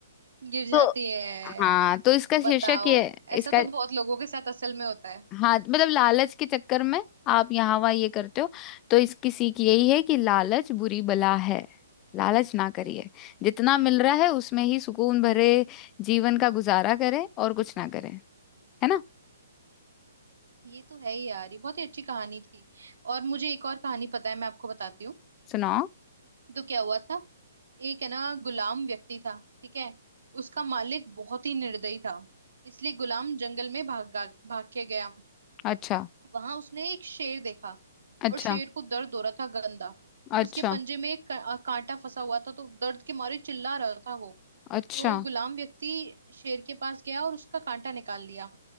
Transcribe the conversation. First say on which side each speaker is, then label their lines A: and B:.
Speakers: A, on the right; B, on the left.
A: गिर जाती
B: तो
A: है
B: हाँ तो इसका
A: बताओ
B: शीर्षक ये
A: ऐसा
B: इसका
A: तो बहुत लोगों के साथ असल में होता है
B: हाँ मतलब लालच के चक्कर में आप यहाँ वहाँ ये करते हो तो इसकी सीख यही है कि लालच बुरी बला है लालच ना करिए जितना मिल रहा है उसमें ही सुकून भरे जीवन का गुजारा करें और कुछ ना करें है ना
A: ये तो है ही यार ये बहुत ही अच्छी कहानी थी और मुझे एक और कहानी पता है मैं आपको बताती हूँ
B: सुनाओ
A: तो क्या हुआ था एक है ना गुलाम व्यक्ति था ठीक है उसका मालिक बहुत ही निर्दयी था इसलिए गुलाम जंगल में भाग भाग के गया
B: अच्छा
A: वहां उसने एक शेर देखा
B: अच्छा
A: और शेर को दर्द हो रहा था गंदा
B: अच्छा
A: उसके पंजे में एक का- कांटा फंसा हुआ था तो दर्द के मारे चिल्ला रहा था वो
B: अच्छा
A: तो गुलाम व्यक्ति शेर के पास गया और उसका कांटा निकाल लिया